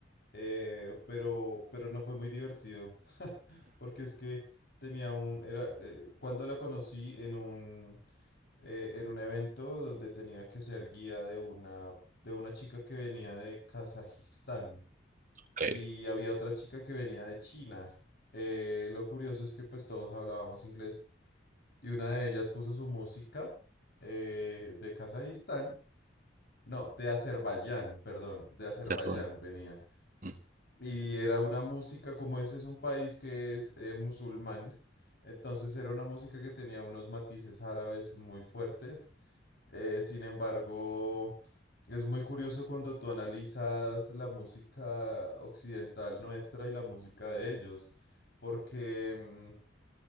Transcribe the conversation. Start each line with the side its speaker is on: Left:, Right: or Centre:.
Left: eh, pero, pero no fue muy divertido, <laughs> porque es que tenía un, era, eh, cuando la conocí en un, eh, en un evento donde tenía que ser guía de una, de una chica que venía de Kazajistán
Right: Ok,
Left: y había otra chica que venía de China. Eh, lo curioso es que pues todos hablábamos inglés. y una de ellas puso su música eh, de Kazajistán, no, de Azerbaiyán, perdón, de Azerbaiyán
Right: hacerlo
Left: venía.
Right: Mm,
Left: Y era una música, como ese es un país que es eh, musulmán, entonces era una música que tenía unos matices árabes muy fuertes. Eh, sin embargo, es muy curioso cuando tú analizas la música occidental nuestra y la música de ellos, porque mm,